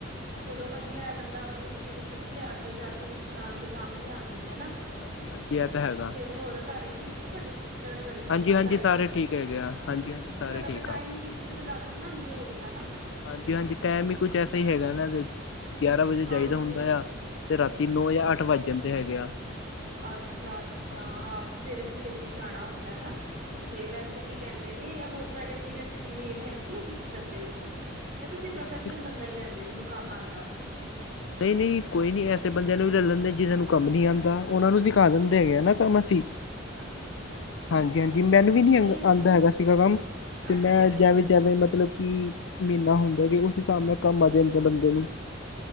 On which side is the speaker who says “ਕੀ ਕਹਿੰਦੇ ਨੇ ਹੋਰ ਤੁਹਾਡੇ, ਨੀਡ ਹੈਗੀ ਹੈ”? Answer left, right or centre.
Right